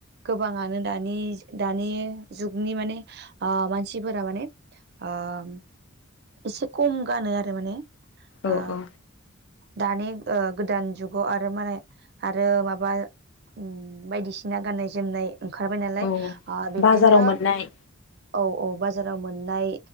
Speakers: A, on the right; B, on the left.
A: गोबाङानो दानि दानि जुगनि माने अ-मानसिफोरा माने अ- एसे खम गानो आरो माने
B: औ
A: आ
B: औ
A: दानि गोदान जुगाव आरो मालाय आरो माबा उम बायदिसिना गाननाय जोमनाय ओंखारबाय नालाय
B: औ
A: आ-बिब्दिनो
B: बाजाराव मोननाय
A: औ औ बाजाराव मोननाय